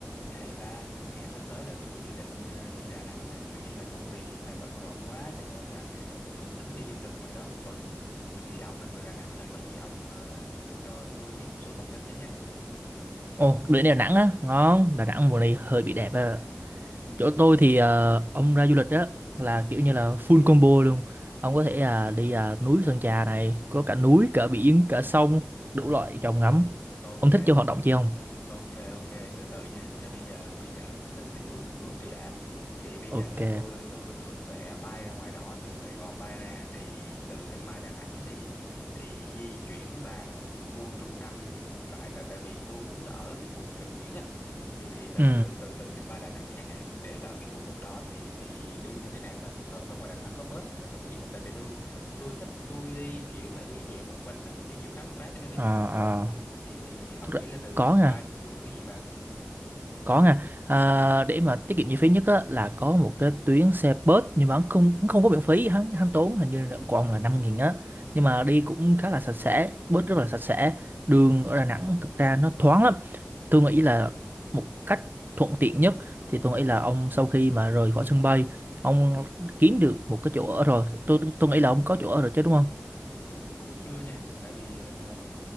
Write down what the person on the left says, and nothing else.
Ê ba, hè sắp tới là tôi có dự định ờ, đi Đà Nẵng nè, kiểu như là công việc lúc này bận rộn quá cho nên là cũng tính đi du lịch ngoài đó một tuần. Thì thì ông là người Đà Nẵng này có gì ông ờ, cho tôi biết một số thông tin chứ nha.
Ừ.
Ừ.
Ô-
ok
Ok ok từ từ nha. Thế bây giờ bây giờ mình tính từng bước từng bước đi đã. Thì bây
giờ là tôi tôi tôi sẽ bay ra ngoài đó từ Sài Gòn bay ra thì từ sân bay Đà Nẵng thì thì di chuyển vào khu trung tâm tại tại tại vì tôi muốn là ở cái khu vực gần biển á thì thì từ
từ từ từ sân bay Đà Nẵng chẳng hạn để vào cái khu vực đó thì thì đi như thế nào ta? Ở, ở ngoài Đà Nẵng có bus hay là có cái gì không? Tại vì tôi tôi thích tôi đi kiểu là đi dạng một mình á, đi kiểu khám phá cho nên đi
một mình
thôi thì thì ông
nghĩ
là từ
sân
bay đi vào cái gì vào ừ,
ừ.
cũng cũng chưa nha tại vì ờ,